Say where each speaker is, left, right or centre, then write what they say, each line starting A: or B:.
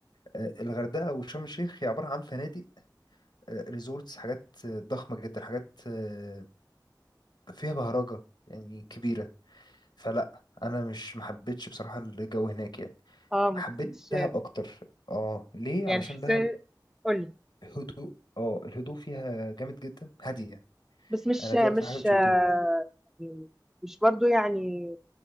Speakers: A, on the left; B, in the centre.
A: آه، الغردقه وشرم الشيخ هي عباره عن فنادق ريزورتس حاجات آه، ضخمه جدا حاجات آه، فيها بهرجه يعني كبيره فلا انا مش ما حبيتش بصراحه الجو هناك يعني
B: اه ما
A: حبيت
B: حسيتش
A: دهب اكتر اه ليه
B: يعني
A: علشان
B: حسيت
A: دهب
B: قول لي
A: هدوء اه الهدوء فيها جامد جدا هاديه
B: بس مش
A: انا دي اكتر
B: مش
A: حاجه بتشدني
B: آه، يعني مش برضو يعني